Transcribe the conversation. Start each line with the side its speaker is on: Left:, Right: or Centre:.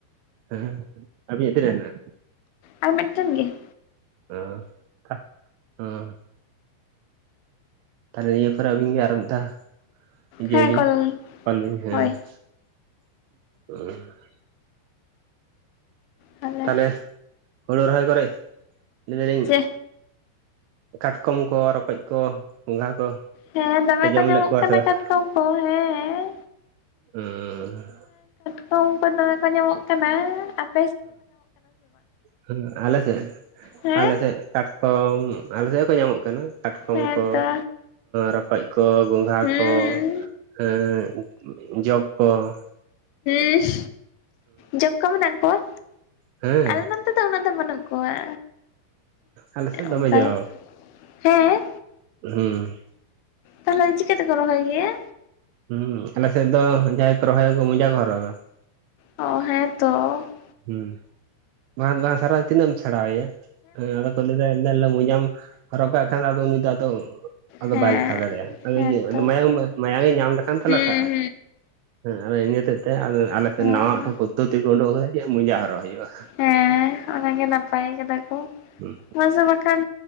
Right: ᱦᱮᱸ ᱟᱵᱤᱱᱟᱜ ᱛᱤᱱᱟᱹᱜ ᱦᱮᱱᱟᱜᱼᱟ?
Left: ᱟᱨ ᱢᱤᱫᱴᱮᱱ ᱜᱮ ᱾
Right: ᱚᱸ <inaudible> ᱦᱩᱸ ᱾ ᱛᱟᱦᱚᱞᱮ ᱱᱤᱭᱟᱹ ᱯᱚᱨᱮ ᱟᱹᱵᱤᱱ ᱜᱮ ᱟᱨ ᱢᱤᱫ ᱫᱷᱟ ᱤᱡᱟᱹᱭ
Left: ᱦᱮᱸ
Right: ᱵᱤᱱ
Left: ᱠᱚᱞ
Right: ᱠᱚᱞ ᱵᱤᱱ ᱦᱮᱸ
Left: ᱦᱳᱭ
Right: ᱾ <inaudible>
Left: ᱛᱟᱦᱚᱞᱮ
Right: ᱛᱟᱦᱞᱮ ᱦᱳᱲᱳ ᱨᱚᱦᱚᱭ ᱠᱚᱨᱮ ᱞᱟᱹᱭ ᱫᱟᱞᱤᱧ
Left: ᱪᱮ
Right: ᱠᱟᱴᱠᱚᱢ ᱠᱚ ᱨᱚᱠᱚᱡ ᱠᱚ ᱜᱚᱸᱜᱷᱟ ᱠᱚ
Left: ᱦᱮᱸ ᱫᱚᱢᱮ
Right: ᱯᱮ ᱡᱚᱢ
Left: ᱠᱚ ᱧᱟᱢᱚᱜ
Right: ᱞᱮᱫ ᱠᱚᱣᱟ
Left: ᱠᱟᱱᱟ
Right: ᱥᱮ ᱵᱟᱝ
Left: ᱠᱟᱴᱠᱚᱢ ᱠᱚ ᱦᱮᱸᱻ
Right: ᱦᱩᱸᱻ
Left: ᱛᱚ ᱩᱝᱠᱩ ᱫᱚᱢᱮ ᱠᱚ ᱧᱟᱢᱚᱜ ᱠᱟᱱᱟ ᱾
Right: ᱦᱩᱸ, ᱟᱞᱮ ᱥᱮᱜ
Left: ᱦᱮᱸ
Right: ᱟᱞᱮ ᱥᱮᱜ ᱠᱟᱴᱠᱚᱢ ᱟᱞᱮ ᱥᱮᱫ ᱦᱚᱸ ᱠᱚ ᱧᱟᱢᱚᱜ ᱠᱟᱱᱟ ᱠᱟᱴᱠᱚᱢ
Left: ᱦᱮᱸᱛᱚ
Right: ᱠᱚ ᱨᱚᱠᱚᱡ ᱠᱚ ᱜᱚᱸᱜᱷᱟ
Left: ᱦᱩᱸ
Right: ᱠᱚ ᱦᱮᱸ ᱡᱚᱸᱠ ᱠᱚ ᱾
Left: ᱤᱥᱻ ᱡᱚᱜ ᱠᱚ ᱢᱮᱱᱟᱜ ᱠᱚᱣᱟ!
Right: ᱦᱮᱸ
Left: ᱟᱞᱮ ᱫᱚ ᱱᱚᱛᱮ ᱫᱚ ᱩᱱᱟᱹᱜ ᱫᱚ ᱵᱟᱹᱱᱩᱜ ᱠᱚᱣᱟ᱾
Right: ᱟᱞᱮ ᱥᱮᱜ
Left: ᱚᱱᱠᱟ
Right: ᱫᱚᱢᱮ ᱡᱚᱸᱠ,
Left: ᱫᱚ ᱦᱮᱸ
Right: ᱦᱩᱸ ᱾
Left: ᱛᱟᱦᱚᱞᱮ ᱫᱚ ᱪᱤᱠᱟᱹᱛᱮᱠᱚ ᱨᱚᱦᱚᱭ ᱜᱮᱭᱟ?
Right: ᱦᱩᱸ ᱟᱞᱮ ᱥᱮᱫ ᱫᱚ ᱡᱟᱦᱟᱸᱭ ᱠᱚ ᱨᱚᱦᱚᱭᱟ ᱩᱝᱠᱩ ᱢᱩᱡᱟ ᱠᱚ ᱦᱚᱨᱚᱜᱟ ᱾
Left: ᱚ, ᱦᱮᱸ ᱛᱚ ᱾
Right: ᱦᱮᱸ, ᱵᱟᱠᱷᱟᱱ ᱫᱚ ᱵᱟᱝ ᱥᱟᱨᱟ ᱛᱤᱱᱟᱹᱜ ᱮᱢ ᱪᱷᱟᱲᱟᱣᱮᱭᱟ? ᱦᱮᱸ ᱟᱫᱚ ᱠᱚ ᱞᱟᱹᱭ <unintelligible> ᱢᱚᱡᱟᱢ ᱦᱚᱨᱚᱜ ᱠᱟᱜ ᱠᱷᱟᱱᱫᱚ ᱟᱫᱚ ᱩᱱᱤ ᱫᱚ ᱟᱫᱚ ᱟᱫᱚ
Left: ᱦᱮᱸ
Right: ᱵᱟᱭ ᱞᱟᱴᱷᱟ ᱫᱟᱲᱮᱭᱟᱜᱼᱟ᱾ ᱟᱫᱚ
Left: ᱦᱮᱸᱛᱚ
Right: ᱤᱭᱟᱹ ᱢᱟᱭᱟᱝ ᱢᱟᱭᱟᱝ ᱮ ᱧᱟᱢ ᱞᱮᱠᱷᱟᱱ ᱛᱚ
Left: ᱦᱩᱸ
Right: ᱴᱷᱟᱜ ᱟᱭ ᱾ ᱦᱮᱸ ᱟᱫᱚ ᱤᱱᱟᱹ ᱦᱚᱛᱮᱡ ᱛᱮ ᱟᱫᱚ ᱟᱞᱮᱥᱮᱱ
Left: ᱦᱩᱸ
Right: ᱱᱟᱣᱟ ᱢᱤᱫᱴᱮᱱ ᱯᱚᱫᱽᱫᱷᱚᱛᱤ ᱠᱚ ᱩᱰᱩᱜ ᱠᱟᱫᱟ ᱡᱮ ᱢᱚᱡᱟ ᱦᱚᱨᱚᱜ ᱦᱩᱭᱩᱜᱼᱟ᱾
Left: ᱦᱮᱸ ᱚᱱᱟᱜᱮ ᱱᱟᱯᱟᱭ ᱠᱟᱫᱟ ᱠᱚ,
Right: ᱦᱩᱸ
Left: ᱢᱟᱥᱮ ᱵᱟᱠᱷᱟᱱ